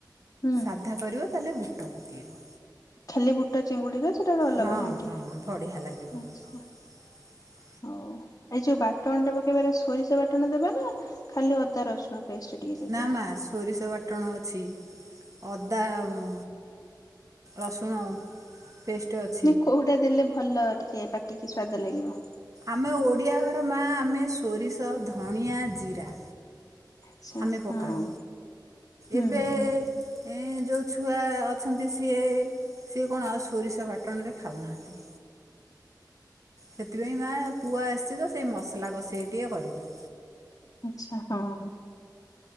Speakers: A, on the left; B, on the right.
A: ହୁଁ।
B: ସାଧା କରିବ ତାହେଲେ ବୁଟ ପକାଇବ।
A: ଖାଲି ବୁଟ ଚିଙ୍ଗୁଡ଼ି ର ସେଟା ଗୋଟେ ଅଲଗା
B: ହଁ
A: ଘାଣ୍ଟିଆ
B: ହଁ ବଢ଼ିଆ ଲାଗିବ
A: ଆଚ୍ଛା।
B: <inaudible>
A: ହଉ ଏ ଯୋଉ ବାଟଣଟା ପକେଇବାର ସୋରିଷ ବାଟଣ ଦେବା ନା ଖାଲି ଅଦା ରସୁଣ ପେଷ୍ଟ? ଟିକେ ଦେଇଦବା
B: ନା ମା ସୋରିଷ ବାଟଣ ଅଛି। ଅଦା ଆଉ ରସୁଣ ପେଷ୍ଟ୍ ଅଛି।
A: ନା କୋଉଟା ଦେଲେ ଭଲ ଟିକେ ପାଟିକି ସ୍ଵାଦ ଲାଗିବ?
B: ଆମେ ଓଡ଼ିଆ ଘର ମା ଆମେ ସୋରିଷ ଧଣିଆ ଜିରା।
A: ଆଚ୍ଛା
B: ଆମେ ପକାଉ
A: ହଁ ହୁଁ
B: ଏବେ ଏ ଯେଉଁ ଛୁଆ ଅଛନ୍ତି ସିଏ ସିଏ କଣ ଆଉ ସୋରିଷ ବାଟଣରେ ଖାଉନାହାଁନ୍ତି। ସେଥିପାଇଁ ମା ପୁଅ ଆସିଛି ତ ସେଇ ମସଲା କଷେଇ ଟିକଏ କରିବି।
A: ଆଚ୍ଛା ହଉ।